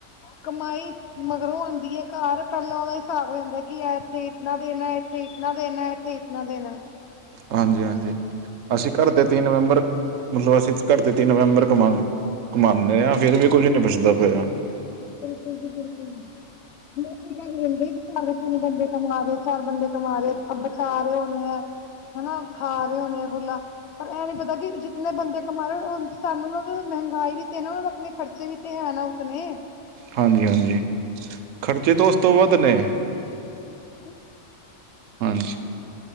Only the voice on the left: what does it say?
ਕਮਾਈ। ਮਗਰੋਂ ਆਦੀ ਹੈ, ਘਰ ਪਹਿਲਾਂ ਉਹਦਾ ਹਿਸਾਬ ਹੋ ਜਾਂਦਾ ਕਿ ਇੱਥੇ ਇਤਨਾ ਦਿਨ ਹੈ, ਇੱਥੇ ਇਤਨਾ ਦੇਨ ਹੈ। ਤੇ ਇਤਨਾ ਦੇਣਾ।
ਬਿਲਕੁਲ ਜੀ ਬਿਲਕੁਲ ਜੀ। ਲੋਕੀ ਕਹਿ ਦਿੰਦੇ ਘਰ ਦੇ ਤਿੰਨ ਬੰਦੇ ਕਮਾ ਔਰ ਚਾਰ ਬੰਦੇ ਕਮਾ ਬਚਾ ਰਹੇ ਹੋਣੇ। ਹਨਾ, ਖਾ ਰਹੇ ਹੋਣੇ ਆ ਖੁਲਾ। ਪਰ ਇਹ ਨੀ ਪਤਾ ਕਿ, ਜਿਨੇ ਬੰਦੇ ਕਮਾ ਸਾਨੂੰ ਉਹਨਾਂ ਨੂੰ ਮਹਿੰਗਾਈ ਵੀ ਤੇ ਨੇ ਉਹ ਨੂੰ ਆਪਣੇ ਖਰਚੇ। ਵੀ ਤੇ ਹੈ ਊਸ ਨੇ,
ਤੇ,